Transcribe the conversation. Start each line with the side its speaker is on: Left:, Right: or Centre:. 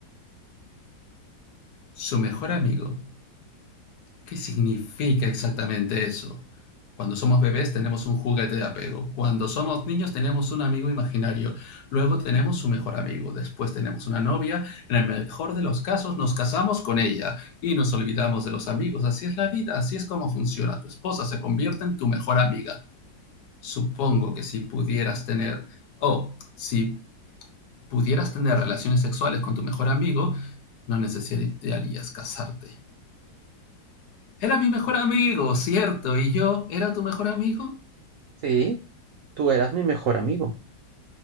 Left: Su mejor amigo, ¿Qué significa exactamente eso? Cuando somos bebés tenemos un juguete de apego. Cuando somos niños tenemos un amigo imaginario. Luego tenemos su mejor amigo. Después tenemos una novia. En el mejor de los casos nos casamos con ella y nos olvidamos de los amigos. Así es la vida, así es como funciona. Tu esposa se convierte en tu mejor amiga. Supongo que si pudieras tener, o si pudieras tener relaciones sexuales con tu mejor amigo, no necesitarías casarte. Era mi mejor amigo, cierto, y yo era tu mejor amigo.
Right: Sí, tú eras mi mejor amigo.